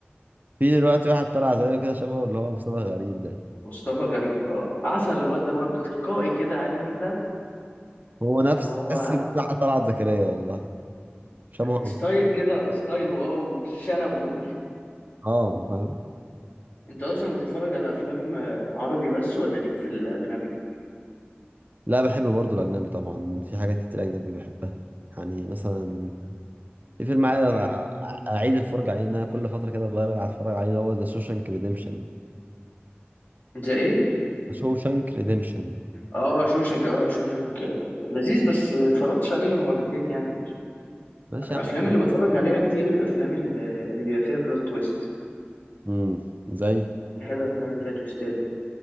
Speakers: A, on the right; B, on the left.
A: في دلوقتي واحد طلع زيه كده شبهه اللي هو مصطفى غريب ده
B: مصطفى غريب آه عسل الواد ده برضه تلقائي كده عارف أنت
A: هو نفس
B: اللي هو
A: بس بتاع طلعت زكريا والله شبهه
B: ستايل كده ستايل واو وشنب و...
A: اه فاهم
B: <laughs> أنت أصلا بتتفرج على أفلام آه، عربي بس ولا ليك في الأجنبي؟
A: لا بحب برضه الاجنبي طبعا في حاجات كتير اجنبي بحبها يعني مثلا في فيلم عايز
B: مم.
A: أ- اعيد الفرجه عليه ان انا كل فتره كده برجع اتفرج عليه اللي هو ذا شوشانك ريديمشن
B: زي إيه؟
A: شوشانك ريديمشن
B: اه شوشنك اه شوشنك لذيذ بس اتفرجتش عليه غير مرتين يعني مش
A: ماشي
B: الافلام
A: يا عم
B: اللي بتفرج عليها كتير الافلام اللي اللي بيبقى فيها بلوت تويست
A: امم زي
B: بنحب الافلام اللي فيها تويستات